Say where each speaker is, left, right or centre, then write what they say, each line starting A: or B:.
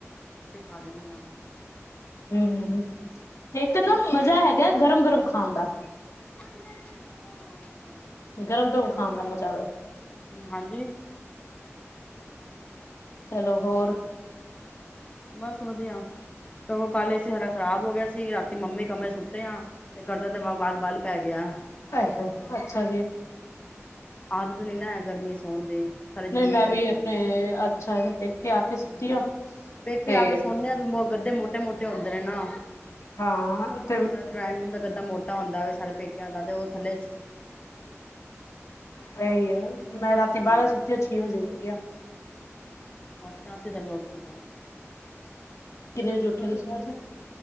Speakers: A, on the left; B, on the left.
A: ਤੇ ਖਾ ਲੈਂਦੇ ਆ
B: ਹੂੰ ਹੂੰ ਇੱਕਦਮ
A: ਹੋਰ
B: ਮਜ਼ਾ ਹੈਗਾ ਗਰਮ ਗਰਮ ਖਾਉਂਦਾ
A: ਆਂਦਾ <unintelligible>
B: ਗਰਮ ਗਰਮ ਖਾਣ ਦਾ ਮਜ਼ਾ ਵੇ
A: ਹਾਂਜੀ
B: ਚਲੋ ਹੋਰ
A: ਬਸ ਵਧੀਆ ਸਗੋਂ ਕੱਲ ਏ ਸੀ ਸਾਡਾ ਖ਼ਰਾਬ ਹੋ ਗਿਆ ਸੀ ਰਾਤੀ ਮੰਮੀ ਕਮਰੇ ਸੁੱਤੇ ਆ ਤੇ ਗਰਦਨ ਦੇ ਵੱਲ ਵੱਲ ਪੈ ਗਿਆ
B: ਆਏ ਹਾਏ ਅੱਛਾ ਜੀ
A: ਆਦਤ ਨੀ ਨਾ ਹੈ ਗਰਮੀ ਚ ਸੌਣ ਦੀ ਥੱਲੇ ਜ਼ਮੀਨ
B: ਨਹੀਂ ਮੈਂ
A: ਤੇ
B: ਵੀ
A: ਸੌਣ
B: ਆਪਣੇ
A: ਦੀ
B: ਅੱਛਾ ਇਹਦਾ ਕੇ ਆ
A: ਹੂੰ
B: ਕੇ ਸੁੱਤੀ ਆ
A: ਪੇਕੇ
B: ਤੇ
A: ਆ ਕੇ ਸੋਨੇ ਆ ਗੱਦੇ ਮੋਟੇ ਮੋਟੇ ਹੁੰਂਦੇ ਨੇ ਨਾ
B: ਹਾਂ ਤੇ
A: ਜੇ ਸਾਡਾ ਡਰਾਇੰਗ ਰੂਮ ਗੱਦਾ ਮੋਟਾ ਹੁੰਦਾ ਵੇ ਸਾਡੇ ਪੇਕਿਆਂ ਦਾ ਤੇ ਉਹ ਥਲੇ
B: ਵਹੀ ਹੈ ਮੈਂ ਰਾਤੀ ਬਾਰਾਂ
A: ਹੂੰ
B: ਵਜੇ ਸੁੱਤੀ ਆ ਛੇ ਵਜੇ ਉੱਠਗੀ ਆ
A: ਅੱਛਾ ਅਸੀਂ ਤੇ ਨੀ ਉੱਠ ਸਕਦੇ <inaudible>
B: ਕਿੰਨੇ ਵਜੇ ਉੱਠੇ
A: ਕਦੋ
B: ਤੁਸੀਂ
A: ਸੁੱਤੀ ਸੀ